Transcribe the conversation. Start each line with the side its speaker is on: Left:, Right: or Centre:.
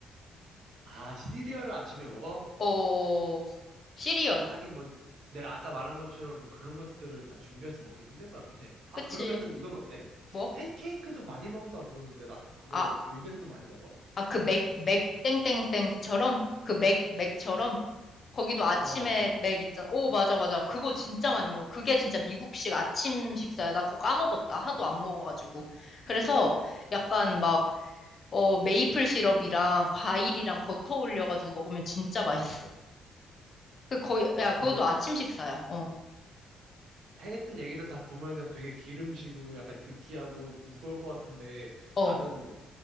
Right: 아, 시리얼을 아침에 먹어?
Left: 어, 시리얼.
Right: 하긴 뭐 내가 아까 말한 것처럼 그런 것들을 다 준비해서 먹기 힘들 것 같긴 해. 아,
Left: 그치.
Right: 그러면은 이건 어때?
Left: 뭐?
Right: 팬케이크도 많이 먹는다 들었는데 나 그거
Left: 아,
Right: 미국에서도 많이 먹어?
Left: 아, 그 맥, 맥, 땡땡땡처럼? 그 맥, 맥처럼? 거기도 아침에
Right: 어, 맞아.
Left: 맥 있잖아. 오, 맞아, 맞아. 그거 진짜 많이 먹어. 그게 진짜 미국식 아침 식사야. 나 그거 까먹었다. 하도 안 먹어가지고. 그래서 약간 막, 어, 메이플 시럽이랑 과일이랑 버터 올려가지고 먹으면 진짜 맛있어. 그 거의,
Right: 와,
Left: 야, 그것도
Right: 근데
Left: 아침 식사야. 어,
Right: 했던 얘기들 다 보면은 되게 기름지고 약간 느끼하고 무거울 것 같은데
Left: 어,
Right: 나는